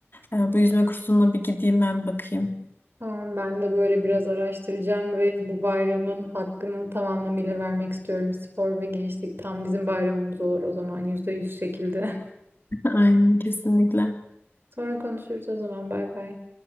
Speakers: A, on the left (about 55°); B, on the right (about 55°).
A: e, bu yüzme kursuna bir gideyim ben bakayım.
B: Tamam ben de böyle biraz araştıracağım ve bu bayramın hakkını tamamlamıyla vermek istiyorum. Spor ve gençlik tam bizim bayramımız olur o zaman %100 şekilde.
A: <laughs> Aynen kesinlikle.
B: <laughs> Sonra konuşuruz o zaman bay bay.